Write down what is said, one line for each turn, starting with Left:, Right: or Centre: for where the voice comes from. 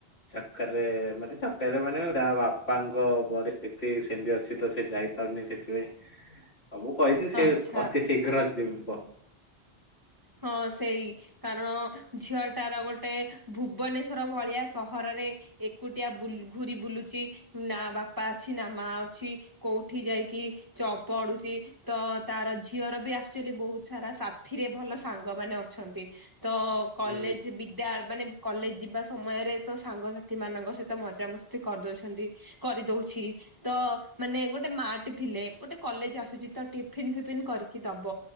Left: ଚକର୍ ରେ ମାନେ ଚକର ରେ ମାନେ ତା ବାପାଙ୍କ ପରିସ୍ଥିତି ସେମିତି ଅଛି ତ ସେ ଯାଇ ଯାଇ ପାରୁନି ସେଥିପାଇଁ। ଆଉ ମୁଁ କହିଚି ସେ
Right: ଆଚ୍ଛା
Left: ଅତି ଶୀଘ୍ର ଯିବ।
Right: ହଁ ସେଇ। କାରଣ ଝିଅ ଟାର ଗୋଟେ ଭୁବନେଶ୍ଵର ଭଳିଆ ସହରରେ ଏକୁଟିଆ ବୁଲ ଘୁରି ବୁଲୁଛି ନା ବାପା ଅଛି ନା ମା ଅଛି? କୋଉଠି ଯାଇକି ଚ ପଡୁଛି ତ ତାର ଝିଅର ବି ଆକ୍ଚୁଆଲି ବହୁତ ସାରା ସଆ ଏଥିିରେ ଭଲ ସାଙ୍ଗ ମାନେ ଅଛନ୍ତି। ତ କଲେଜ
Left: ହୁଁ
Right: ବିଦ୍ୟା ମାନେ କଲେଜ ଯିବା ସମୟରେ ତ ସାଙ୍ଗସାଥି ମାନଙ୍କ ସହିତ ମଜାମସ୍ତି କରିଦଉଛନ୍ତି। କରିଦଉଛି। ତ ମାନେ ଗୋଟେ ମା ଟି ଥିଲେ ଗୋଟେ କଲେଜ ଆସୁଛି ତ ଟିଫିନ ଫିଫିନ କରିକି ଦବ।